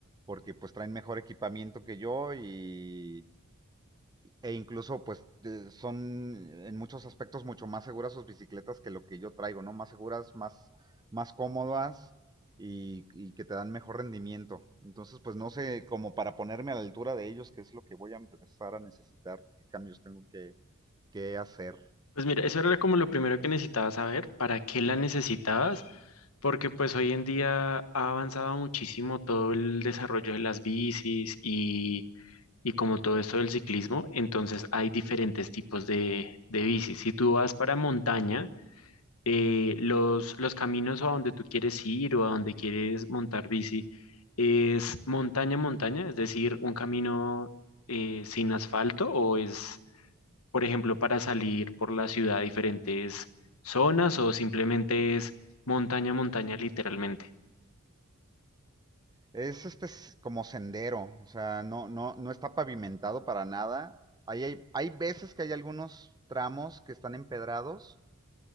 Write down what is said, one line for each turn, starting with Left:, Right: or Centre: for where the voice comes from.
Right: porque pues traen mejor equipamiento que yo y e incluso, pues, eh, son en muchos aspectos mucho más seguras sus bicicletas que lo que yo traigo, ¿no? Más seguras, más, más cómodas y, y que te dan mejor rendimiento. Entonces, pues no sé, como para ponerme a la altura de ellos, qué es lo que voy a empezar a necesitar, qué cambios tengo que, que hacer.
Left: Pues mira, eso era como lo primero que necesitaba saber, para qué la necesitabas, porque pues hoy en día ha avanzado muchísimo todo el desarrollo de las bicis y, y como todo esto del ciclismo, entonces hay diferentes tipos de, de bicis. Si tú vas para montaña, eh, los, los caminos a donde tú quieres ir o a donde quieres montar bici es montaña, montaña, es decir, un camino eh, sin asfalto o es, por ejemplo, para salir por la ciudad a diferentes zonas o simplemente es montaña, montaña literalmente.
Right: Es este s- como sendero, o sea, no, no, no está pavimentado para nada. Ahí hay, hay veces que hay algunos tramos que están empedrados,